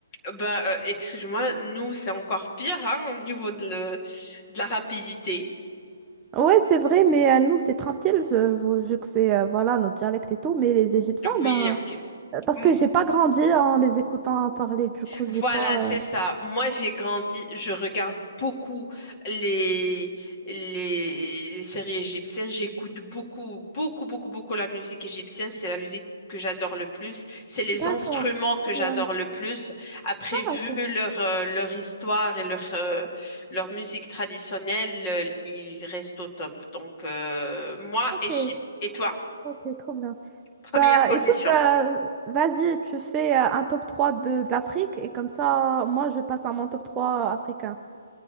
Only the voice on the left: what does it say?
Ben, euh, excuse-moi, nous, c'est encore pire, hein, au niveau de, le- de la rapidité.
Oui,
ok.
M-
Voilà,
c'est
ça. Moi, j'ai grandi, je regarde beaucoup les, les, les séries égyptiennes. J'écoute beaucoup, beaucoup, beaucoup, beaucoup la musique égyptienne. C'est la musique que j'adore le plus. C'est les
instruments que
j'adore
le plus. Après,
vu
leur, euh, leur histoire et leur, euh, leur musique traditionnelle, euh, ils restent au top. Donc, euh, moi,
Égypte. Et toi,
première
position.